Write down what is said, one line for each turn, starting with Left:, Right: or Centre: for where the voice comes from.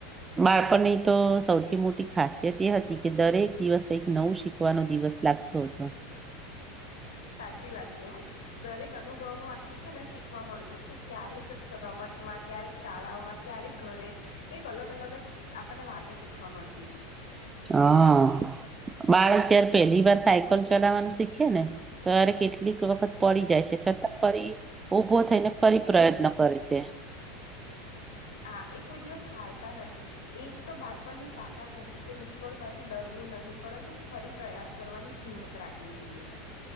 Right: બાળપણની તો સૌથી મોટી ખાસિયત એ હતી કે દરેક દિવસ નવું શીખ વા ન દિવસ લાગતો હતો.
Left: સાચી વાત છે હો. દરેક અનુભવ માંથી છે ને શીખવા મળતું કે ક્યારેક રમતમાં, ક્યારેક શાળાઓમાં ક્યારેક ઘરે કઈક અલગ-અલગ જ આપણને વાતો શીખવા મળતી.
Right: હા. બાળક જયારે પહેલી વાર સાયકલ ચલાવવાનું શીખે ને, તોરે કેટલીક વખત પડી જાય છે છતાં ફરી ઉભો થઈને ફરી પ્રયત્ન કરે છે.
Left: હા એ કોઈ દિવસ હારતા નથી. એજ તો બાળપણની તાકાત હતી કે નિષ્ફળતાથી ડરવું નહીં, પરંતુ ફરી પ્રયાસ કરવાની જ હિંમત રાખવી જોઈએ.